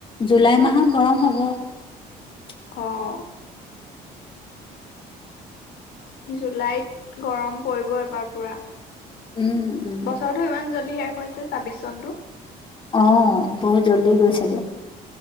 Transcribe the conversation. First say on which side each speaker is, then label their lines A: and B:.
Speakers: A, on the left; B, on the left.
A: জুলাই মাহত গৰম হ'ব।
B: অ', জুলাইত গৰম পৰিব এবাৰ পোৰা।
A: উম উম
B: বছৰটো ইমান জলদি শেষ হৈছে। ছে ছাব্বিশ চনটো,
A: অহ' বহুত জল্দি গৈ চাগে।